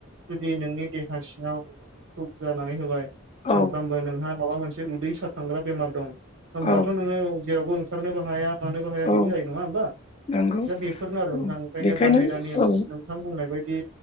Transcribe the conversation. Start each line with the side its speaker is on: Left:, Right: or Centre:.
Right: जुदि नोंनि देहा सिङाव असुख जानानै होबाय सानफ्रामबो
Left: औ
Right: नोंहा माबा मोनसे उदै सारखांग्रा बेमार दं होमब्लाथ'
Left: औ
Right: नोङो जेरावबो ओंखारनोबो हाया मानोबो हाया
Left: औ
Right: बिदि जायो नङा होमबा
Left: नंगौ
Right: दा बेफोरनो आरो
Left: औ
Right: नोंथां ओंखायनो
Left: बेखायनो
Right: बाहेरानि
Left: औ
Right: नोंथां बुंनाय बायदि